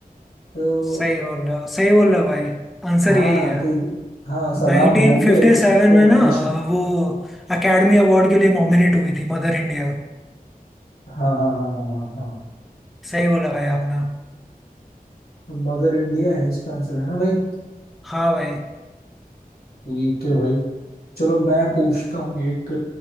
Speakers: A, on the left; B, in the centre.
A: तो
B: सही बोल रहे हो सही बोल रहे हो भाई आंसर
A: हाँ
B: यही है
A: तो ये- हाँ सलाम
B: 1957
A: बॉम्बे है जिसको
B: में
A: नॉमिनेशन
B: ना वो एकेडमी अवार्ड के लिए नॉमिनेट हुई थी मदर इंडिया
A: हाँ हाँ हाँ हाँ हाँ हाँ
B: सही बोला भाई आपने
A: मदर इंडिया है इसका आंसर है ना भाई
B: हाँ भाई
A: ठीक है भाई चलो मैं पूछता हूँ एक